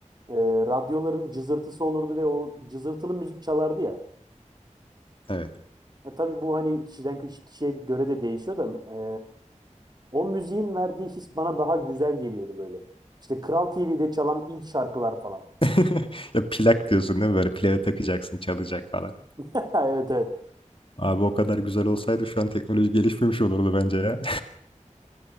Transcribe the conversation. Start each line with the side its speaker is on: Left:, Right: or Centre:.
Right: e, radyoların cızırtısı olurdu ve o cızırtılı müzik çalardı ya.
Left: Evet.
Right: E, tabii bu hani kişiden kiş- kişiye göre de değişiyor da e, o müziğin verdiği his bana daha güzel geliyordu böyle. İşte Kral TV'de çalan ilk şarkılar falan.
Left: <laughs> Ya plak diyorsun değil mi? Böyle plağa takacaksın, çalacak falan.
Right: <laughs> Evet evet.
Left: Abi o kadar güzel olsaydı şu an teknoloji gelişmemiş olurdu bence ya.